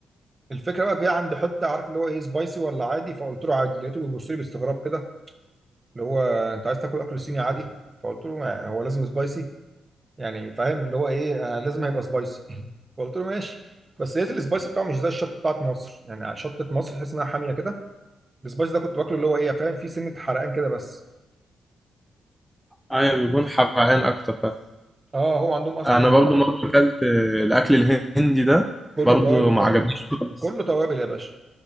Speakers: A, on the right; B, in the centre.
A: الفكره بقى جايه عند حته عارف اللي هو ايه سبايسي ولا عادي فقلت له عادي لقيته بيبص لي باستغراب كده اللي هو انت عايز تاكل اكل صيني عادي فقلت له ما هو لازم سبايسي يعني فاهم اللي هو ايه آه لازم هيبقى سبايسي <laughs> فقلت له ماشي بس لقيت السبايسي بتاعه مش زي الشطه بتاعت مصر يعني شطه مصر تحس انها حاميه كده السبايسي ده كنت باكله اللي هو ايه فاهم فيه سنه حرقان كده بس
B: ايوه بيكون حبعين اكتر فعلا.
A: اه هو عندهم اصلا
B: انا برضو مره اكلت الاكل الهندي ده
A: كله
B: برضو
A: توابل
B: ما
A: طبعا
B: عجبنيش خالص
A: كله توابل يا باشا